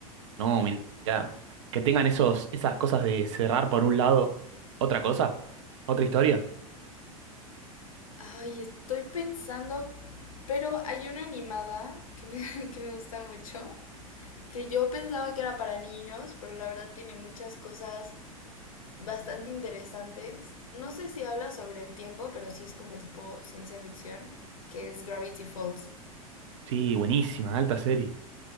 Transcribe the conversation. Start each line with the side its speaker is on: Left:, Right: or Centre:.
Right: no, mirá, que tengan esos, esas cosas de cerrar por un lado otra cosa, otra historia?
Left: ay, estoy pensando, pero hay una animada que me, <laughs> que me gusta mucho, que yo pensaba que era para niños, pero la verdad tiene muchas cosas bastante interesantes. No sé si habla sobre el tiempo, pero sí es como tipo ciencia ficción, que es Gravity Falls.
Right: Sí, buenísima, alta serie.